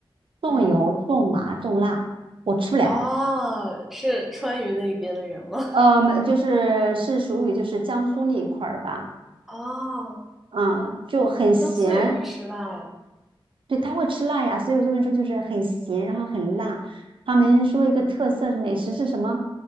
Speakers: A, on the right (about 60°); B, in the centre.
A: 重油、
B: 嗯，
A: 重麻、重辣，我吃不了。
B: 哦，是川渝那边的人吗？
A: 呃，没就是是属于就是江苏那一块儿的吧。
B: <laughs> 哦，
A: 嗯，就很咸，
B: 江苏也会吃辣呀。
A: 对，他会吃辣呀，所以我就跟你说，就是很咸，然后很辣。他们说一个特色是美食是什么？